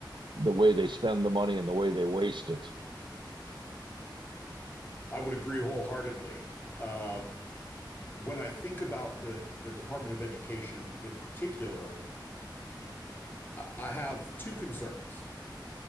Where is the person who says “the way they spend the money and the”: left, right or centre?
Right